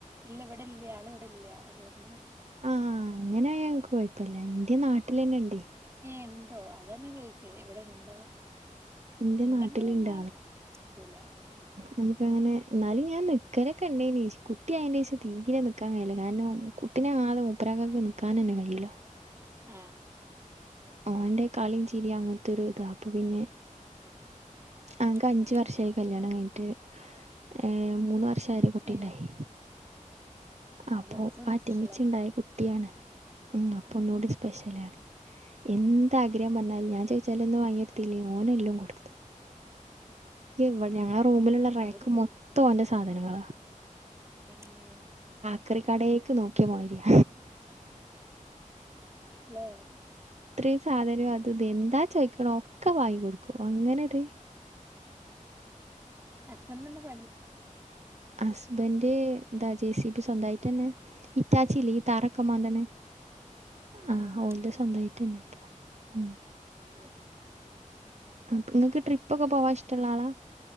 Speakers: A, on the right (about 20°); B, on the right (about 55°).
A: ഇല്ല ഇവിടെ ഇല്ല ആള് ല്ല അതുകൊണ്ട്
B: ആഹ അങ്ങനെ ആയ ഞങ്ങക്ക് പോയിപ്പല്ല എന്റെ നാട്ടിലന്നെ ഇണ്ട്
A: ഏ ഉണ്ടോ അതന്നെ ചോയിച്ചേ ഇവിടെ ഇണ്ടോ
B: ഇന്റെ
A: ഉണ്ടെങ്കി
B: നാട്ടില്ണ്ട്
A: പിന്നെല
B: നമുക്ക് അങ്ങനെ എന്നാലും ഞാൻ നിക്കലോക്കൊ ഉണ്ടയിനി കുട്ടി അയതിന്റെ ശേഷം നിക്കാൻ കഴയില്ല കാരണം കുട്ടീനെ കാണാധേ മൂപ്പരക്കക്ക് നിക്കാ നന്നെ കയ്യില
A: ആഹ
B: ഓന്റെ കളീം ചീരിം അങ്ങനത്തെ ഒരിത അപ്പൊ പിന്നെ അങ്ങക്ക്
A: ആ
B: അഞ്ചു വർഷമായി
A: അങ്ങനെ
B: കല്യാണം
A: ഉണ്ടാവും
B: കഴിഞ്ഞിട്ട് ഏ് മൂന്ന് വർഷം കുട്ടിണ്ടായി
A: ഏ ആ
B: അപ്പൊ
A: കുറച്ചുകൂടി
B: ആറ്റ്മിച്ചുണ്ടായി
A: സ്പെഷ്യലാണ്
B: കുട്ടിയാണ് ഉം
A: ആ
B: അപ്പൊ ഒന്നുകൂടി
A: ആ
B: സ്പെഷ്യലാണ് എന്താഗ്രഹം പറഞ്ഞാൽ ഞാൻ ചോദിച്ചാലന്നും വാങ്ങിടുത്തില്ലെങ്കിലും ഓനെല്ലാം കൊടുത്തു ഇടെ ഞങ്ങളെ റൂമിലുള്ള റാക്ക്
A: നമുക്ക്
B: മൊത്തം ഓന്റെ സാധനങ്ങ
A: എല്ല <inaudible>
B: ആക്രി കടേക്ക് നോക്കിയ മതിരിയ
A: ല്ല
B: ഇത്രയും സാധനവും അത് ഇ എന്താ ചോയ്ക്കണ ഒക്കെ വാങ്ങികൊടുക്കും അങ്ങനെ ഒരു
A: ഹസ്ബൻഡ് ന് എന്താ പണി
B: ഹസ്ബൻന്റെ എന്താ ജെ സിബി സ്വന്തമായിട്ട്ന്നെ ഹിറ്റാച്ചി ല്ലെ തറക്കെ മാന്ദ്ണ
A: ആ
B: ആ്
A: ആ ആ.
B: ഓളെ സ്വന്തമായിട്ട്ന്നെ ഉം
A: ഉം
B: അ നിങ്ങക്ക് ട്രിപ്പ് ഒക്കെ പോവാൻ ഇഷ്ടമുള്ള ആളാ